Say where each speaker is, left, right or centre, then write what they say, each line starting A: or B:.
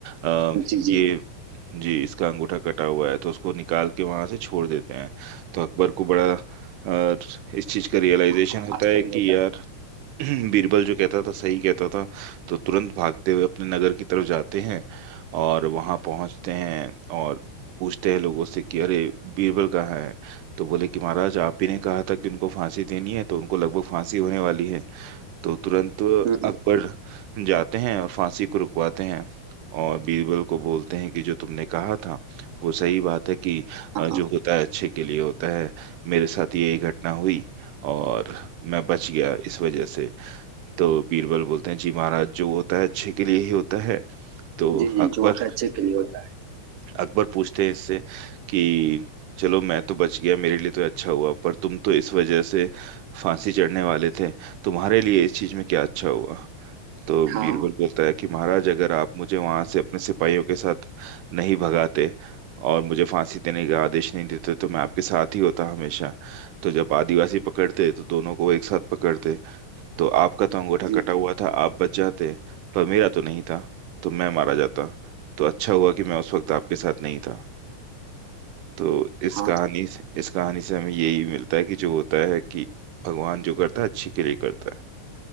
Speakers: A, on the right; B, on the right.
A: आ,
B: जी
A: ये
B: जी
A: जी इसका अंगूठा कटा हुआ है तो उसको निकाल के वहां से छोड़ देते हैं तो अकबर को बड़ा अ, इस चीज का रियलाइजेशन
B: हाँ,
A: होता
B: आश्चर्य
A: है कि
B: होता
A: यार
B: है
A: <clears throat> बीरबल जो कहता था सही कहता था तो तुरंत भागते हुए अपने नगर की तरफ जाते हैं और वहां पहुंचते हैं और पूछते हैं लोगों से कि अरे बीरबल कहाँ है तो बोले कि महाराज आप ही ने कहा था कि उनको फांसी देनी है तो उनको लगभग फांसी होने वाली है तो तुरंत
B: हम्म हम्म,
A: अकबर जाते हैं और फांसी को रुकवाते हैं और बीरबल को बोलते हैं कि जो तुमने कहा था वो सही बात है कि
B: हाँ
A: अ, जो
B: हाँ
A: होता है अच्छे के लिए होता है मेरे साथ ये घटना हुई और मैं बच गया इस वजह से तो बीरबल बोलते हैं जी महाराज जो होता है अच्छे के लिए ही होता है तो
B: जी जी
A: अकबर
B: जो होता है अच्छे के लिए होता है
A: अकबर पूछते हैं इससे कि चलो मैं तो बच गया मेरे लिए तो अच्छा हुआ पर तुम तो इस वजह से फांसी चढ़ने वाले थे तुम्हारे लिए इस चीज में क्या अच्छा हुआ तो
B: हाँ
A: बीरबल बोलता है कि महाराज अगर आप मुझे वहां से अपने सिपाहियों के साथ नहीं भगाते और मुझे फांसी देने का आदेश नहीं देते तो मैं आपके साथ ही होता हमेशा तो जब आदिवासी पकड़ते तो दोनों को एक साथ पकड़ते तो आपका तो अंगूठा
B: जी
A: कटा
B: जी
A: हुआ था आप बच जाते पर मेरा तो नहीं था तो मैं मारा जाता तो अच्छा हुआ कि मैं उस वक्त आपके साथ नहीं था तो इस
B: हाँ
A: कहानी से इस कहानी से हमें यही मिलता है कि जो होता है कि भगवान जो करता है अच्छे के लिए करता